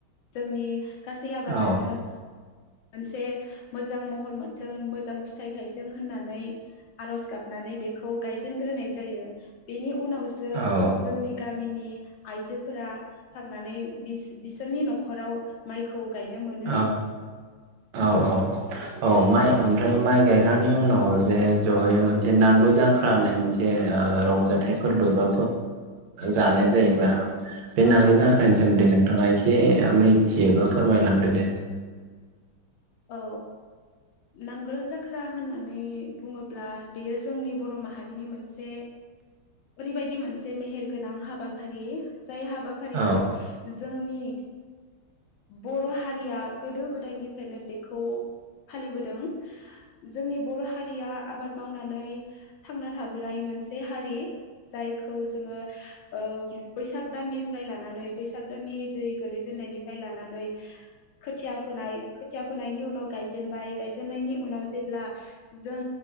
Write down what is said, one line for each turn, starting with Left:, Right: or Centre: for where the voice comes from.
Left: जोंनि गासै आबादानो
Right: औ
Left: मोनसे मोजां महर मोनथों मोजां फिथाइ थायथों होननानै आरज गाब नानै बेखौ गायजेनग्रोनाय जायो। बेनि उनावसो
Right: औ
Left: जोंनि गामिनि आइजो फोरा थांनानै बिस बिसोरनि नखराव माइखौ गायनो मोनो
Right: औ औ औ औ माइ ओमफ्राय माइ गायखांनायनि उनाव जे जयै मोनसे नांगोल जांख्रा होननाय मोनसे ओ रंजाथाइ फोरबो बा जानाय जायोबा बे नांगोल
Left: औ
Right: जांख्रनायनि सोमोन्दै नोंथाङा एसे मिथियो बा फोरमायलां दो दे।
Left: औ नांगोल जाख्रा होननानै बुङोब्ला बेयो जोंनि बर' माहारिनि मोनसे ओरैबायदि मोनसे मेहेरगोनां हाबाफारि जाय हाबाफारियाव
Right: औ
Left: जोंनि बर' हारिया गोदो गोदायनिफ्रायनो बेखौ फालिबोदों जोंनि बर' हारिया आबाद मावनानै थांना थाबोनाय मोनसे हारि जायखौ जोङो ओ बैसाग दाननिफ्राय लानानै बैसाग दाननि दै गोलैजेननायनिफ्राय लानानै खोथिया फोनाय खोथिया फोनायनि उनाव गायजेनबाय गायजेननायनि उनाव जेब्ला जों